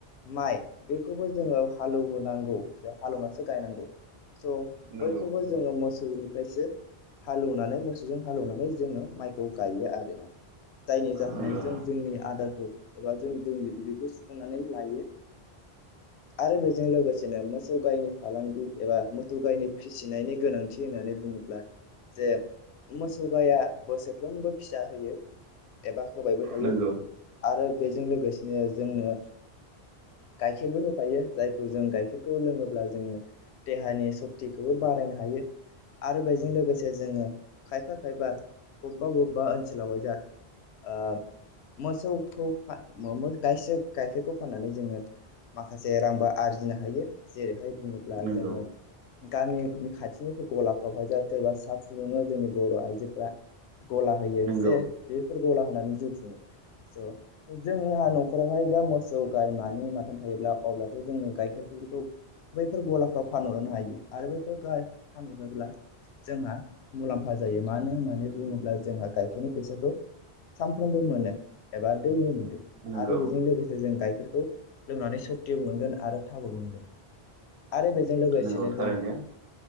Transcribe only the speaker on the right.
नंगौ
नंगौ
नंगौ
नंगौ
नंगौ
नंगौ
नंगौ थारैनो